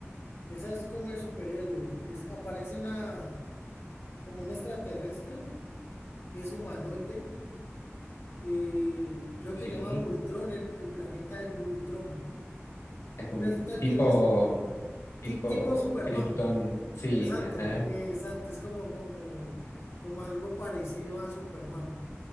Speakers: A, on the left (about 50°); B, on the left (about 80°).
A: Esa es como de superhéroes. Es, aparece una, como un extraterrestre, es humanoide. eh, creo que
B: Sí,
A: se llama Vultrón, el, el planeta del Vultrón.
B: es
A: Y
B: como
A: resulta
B: tipo,
A: que él es
B: tipo
A: ti- tipo Superman.
B: Krypton, sí,
A: Exacto,
B: ajá,
A: eh, exacto. Es como, como, como algo parecido a Superman.